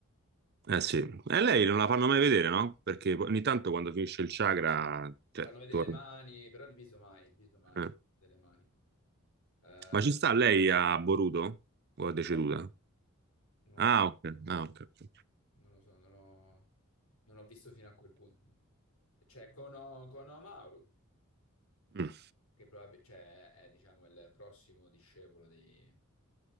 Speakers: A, on the right (about 45°); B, on the left (about 80°).
A: Eh sì, e lei non la fanno mai vedere, no? Perché ogni tanto quando finisce il chakra, cioè,
B: Fanno vedere
A: torna.
B: le mani, però il viso mai, il viso mai
A: Eh.
B: delle mani. Eh,
A: Ma ci sta lei a Boruto? O è
B: non
A: deceduta?
B: lo so, non
A: Ah,
B: lo so,
A: ok. Ah, ok. ok.
B: non lo so, non ho, non ho visto fino a quel punto. C'è Kono, Kono Amaru.
A: Mm.
B: che probab- cioè, è, è, diciamo il prossimo discepolo di,